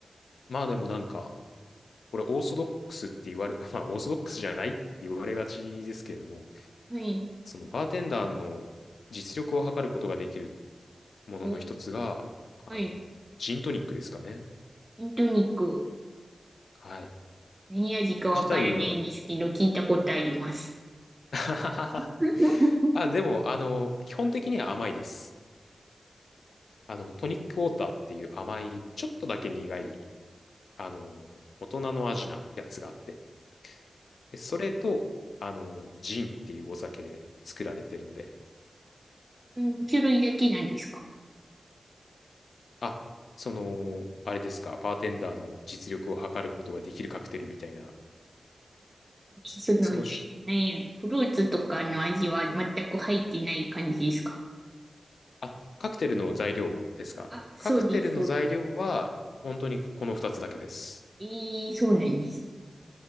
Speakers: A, on the left; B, on the right.
A: まあでもなんか、これオーソドックスって言われ、<laughs> まあオーソドックスじゃないって言われがちですけれども、
B: はい。
A: そのバーテンダーの実力を測ることができるものの一つが、
B: おはい。
A: あの、ジントニックですかね。
B: ジントニック。
A: はい。
B: 何味かわからないんですけど、
A: 自体は
B: 聞いたことあります。
A: <laughs>
B: <laughs>
A: あ、でも、あの、基本的には甘いです。あの、トニックウォーターっていう甘い、ちょっとだけ苦い、あの、大人の味なやつがあって、で、それと、あの、ジンっていうお酒で作られてるんで、
B: うん、種類だけなんですか
A: あ、その、あれですか、バーテンダーの実力を測ることができるカクテルみたいな、そその
B: その、何何やろ、フルーツとかの味は全く入ってない感じですか
A: あ、カクテルの材料ですか。
B: あ、そうです、
A: カクテルの材料は、
B: そう。
A: 本当にこの2つだけです。
B: ええそうなんです。